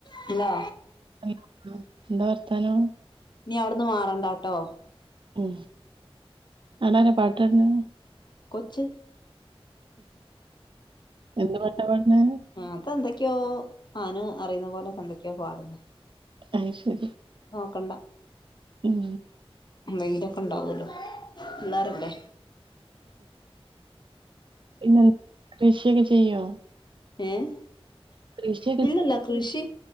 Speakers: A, on the left (about 45°); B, on the right (about 55°).
A: Hello
B: <unintelligible> എന്താ വർത്താനോം
A: ഇനി അവ്ട്ന്ന് മാറണ്ടാട്ടോ
B: മ് അവടാര പാട്ടാട്ണ്?
A: കൊച്ച്
B: എന്ത് പാട്ടാ പാട്ണ്?
A: ആഹ് അതെന്തൊക്കെയോ അയ്ന് അറിയുന്ന പോലെന്തൊക്കെയോ പാടുന്ന്
B: അത് ശരി
A: നോക്കണ്ട
B: ഉം
A: എന്തെങ്കിലൊക്കെ ഇണ്ടാവല്ലോ പിള്ളാരല്ലേ
B: പിന്നെന്താ കൃഷിയൊക്കെ ചെയ്യോ
A: ഏഹ്
B: കൃഷിയൊക്കെ
A: ഇല്ലല്ല
B: ചെയ്യോ
A: കൃഷി